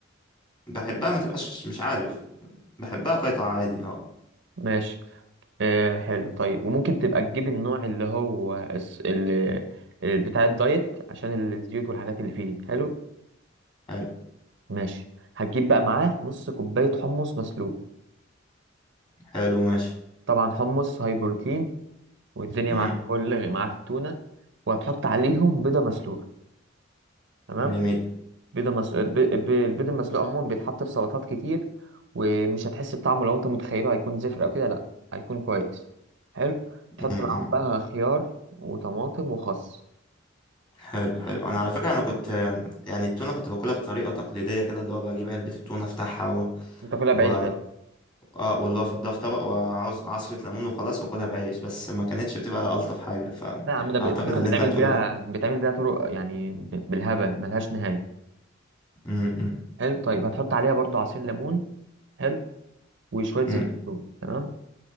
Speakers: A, on the left; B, on the right.
A: بحبها ما تبقاش مش عارف بحبها قطع عادي اه
B: ماشي آه حلو طيب وممكن تبقى تجيب النوع اللي هو الس- اللي اللي بتاع الدايت عشان الزيوت والحاجات اللي فيه دي حلو
A: حلو
B: ماشي هتجيب بقى معاه نص كوباية حمص مسلوق
A: حلو ماشي
B: طبعا حمص هاي بروتين والدنيا
A: امم
B: معاك فل معاك تونة وهتحط عليهم بيضة مسلوقة تمام
A: جميل
B: بيضة مس... ب... ب... البيض المسلوق عموما بيتحط في سلطات كتير ومش هتحس بطعمه لو انت متخيله هيكون زفر او كده لا هيكون كويس حلو تحط
A: امم
B: معاهم بقى خيار وطماطم وخس
A: حلو حلو أنا على فكرة أنا كنت يعني التونة كنت باكلها بطريقة تقليدية كده اللي هو بجيب علبة التونة أفتحها و...
B: وتاكلها
A: و...
B: بعيش بس
A: اه واللي هو فضها في طبق وعصرة ليمون وخلاص واكلها بعيش بس ما كانتش بتبقى ألطف حاجة فأعتقد
B: لا يا عم ده ب- التونة
A: اللي
B: بيتعمل
A: انت هتقوله
B: بيها
A: ده
B: بيتعمل بيها طرق يعني ب- بالهبل ملهاش نهاية
A: امم
B: حلو طيب هتحط عليها برضو عصير ليمون حلو وشويه
A: امم
B: زيت زيتون تمام